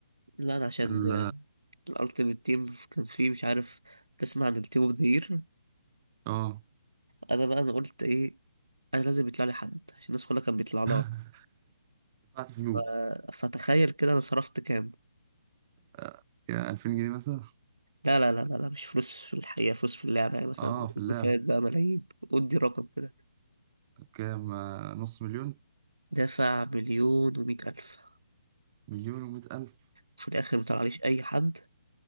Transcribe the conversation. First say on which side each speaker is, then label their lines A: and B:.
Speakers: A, on the right (about 85°); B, on the right (about 25°).
A: لا أنا عشان
B: ال
A: الألتيميت تيم كان فيه مش عارف تسمع عن التيم اوف ذا يير
B: اه
A: انا بقى انا قلت ايه انا لازم يطلع لي حد عشان الناس كلها كانت بيطلع لها
B: <laughs> دفعت فلوس
A: ف- فتخيل كده انا صرفت كام
B: آه، كان 2000 جنيه مثلا
A: لا لا لا لا لا مش فلوس في الحقيقة فلوس في اللعبة يعني مثلا
B: اه في اللعب
A: فات بقى ملايين ادي رقم كده
B: كام آه، نص مليون
A: دافع مليون ومية ألف
B: مليون ومئة ألف
A: في الآخر مطلعليش أي حد